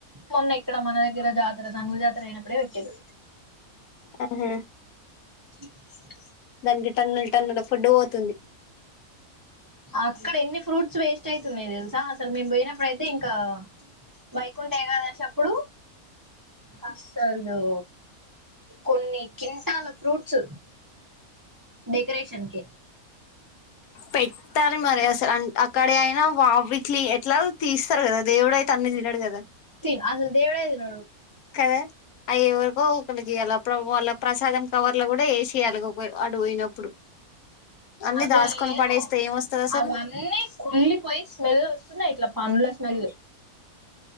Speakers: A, on the right; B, on the left.
A: మొన్న ఇక్కడ మన దగ్గర జాతర సన్నూరు జాతర అయినప్పుడే పెట్టిరు
B: ఆహా
A: <inaudible>
B: దానికి టన్నుల్ టన్నుల ఫుడ్డు పోతుంది
A: అక్కడ ఎన్ని ఫ్రూట్స్ వేస్ట్ అయితున్నాయి తెలుసా అసలు మేము పోయిన అప్పుడైతే ఇంకా వైకుంఠ ఏకాదశి అప్పుడు అస్సలు కొన్ని కింటాల ఫ్రూట్స్ డెకరేషన్ కి
B: పెట్టాలి మరి అసలు అక్కడయి అయినా వావి ట్లీ ఎట్లాగు తీస్తారు కదా దేవుడయితే అన్ని తినడు కదా
A: తిన్ అసలు దేవుడే తినడు
B: కదా అయ్యే ఎవరికో ఒకళ్ళకి ఇయ్యాల అప్పుడప్పుడు వాళ్ళ ప్రసాదం కవర్లు కూడా వేసేయ్యాలి ఒక అటు పోయినప్పుడు అన్ని
A: అట్లా
B: దాసుకొని
A: లేదు
B: పడేస్తే ఏమొస్తది అసలు
A: అవన్నీ కుళ్లిపోయి స్మెల్ వస్తున్నాయి ఇట్లా పండ్ల స్మెల్